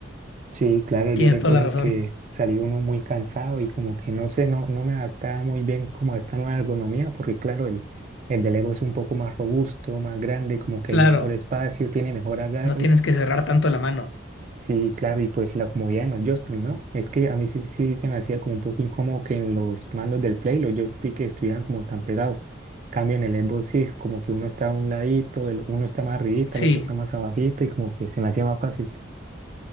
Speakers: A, on the right; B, on the left.
A: sí, claro, yo
B: Tienes
A: recuerdo
B: toda la razón.
A: que salí uno muy cansado y como que no sé, no, no me adaptaba muy bien como a esta nueva ergonomía, porque claro, el, el del Evo es un poco más robusto, más grande, como que
B: Claro,
A: hay mejor espacio, tiene mejor agarre.
B: no tienes que cerrar tanto la mano.
A: Sí, claro, y pues la comodidad en los joystick, ¿no? Es que a mí sí, sí se me hacía como un poco incómodo que en los mandos del Play los joystick estuvieran como tan pegados. Cambio en el Xbox sí, como que uno está a un ladito, el- uno está más arribita,
B: Sí,
A: el otro está más abajito y como que se me hacía más fácil.